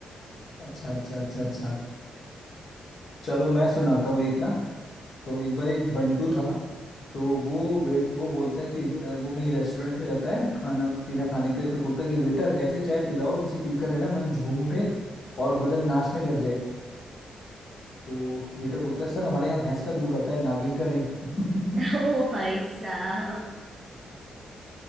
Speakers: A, on the left; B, on the right.
A: अच्छा अच्छा अच्छा अच्छा चलो मैं सुनाता हूँ एक ना तो एक बार एक बंटू था तो वो वेट वो बोलता है कि अ, वो कहीं रेस्टोरेंट में जाता है खाना पीना खाने के लिए तो बोलता है कि वेटर ऐसी चाय पिलाओ जिसे पीकर है ना मन झूम उठे और बदन नाचने लग जाए तो वेटर बोलता है सर हमारे यहाँ भैंस का दूध आता है नागिन का नहीं <laughs>
B: <laughs> ओ भाई साहब